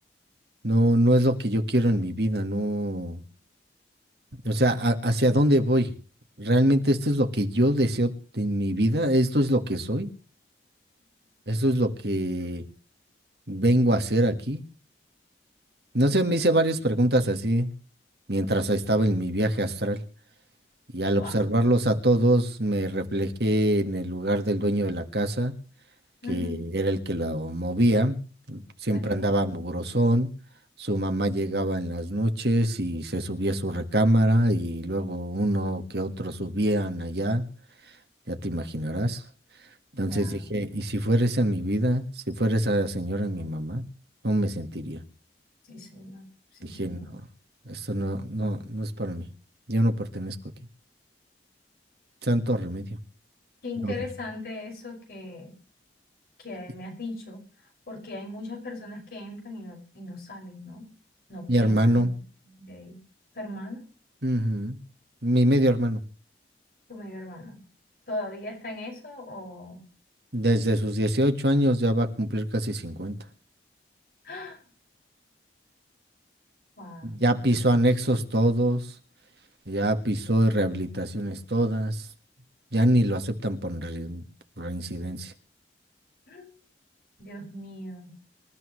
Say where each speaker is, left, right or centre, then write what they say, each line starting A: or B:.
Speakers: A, on the right; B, on the left.
A: No, no es lo que yo quiero en mi vida, no. O sea, a- ¿hacia dónde voy? ¿Realmente esto es lo que yo deseo en mi vida? ¿Esto es lo que soy? ¿Esto es lo que vengo a hacer aquí? No sé, me hice varias preguntas así mientras estaba en mi viaje astral y al
B: Wow.
A: observarlos a todos me reflejé en el lugar del dueño de la casa, que
B: Ujú,
A: era el que lo movía. siempre
B: Ok,
A: andaba mugrosón, su mamá llegaba en las noches y se subía a su recámara y luego uno que otro subían allá, ya te imaginarás. Entonces
B: wow,
A: dije, ¿y si fuera esa mi vida? Si fuera esa señora mi mamá, ¿cómo me sentiría?
B: sí señor, sí
A: Dije,
B: señor.
A: no, esto no, no, no es para mí. Yo no pertenezco aquí. Santo remedio.
B: Qué interesante
A: Lo dejé.
B: eso que, que
A: Y
B: me has dicho, porque hay muchas personas que entran y no, y no salen, ¿no? No piensan
A: Mi hermano,
B: de ahí. ¿Tu hermana?
A: ujú, mi medio hermano,
B: ¿Tu medio hermana? ¿Todavía está en eso o...?
A: desde sus 18 años ya va a cumplir casi cincuenta
B: <gasps> Wow,
A: Ya
B: qué terrible.
A: pisó anexos todos, ya pisó rehabilitaciones todas, ya ni lo aceptan por re- reincidencia.
B: <gasps> Dios mío.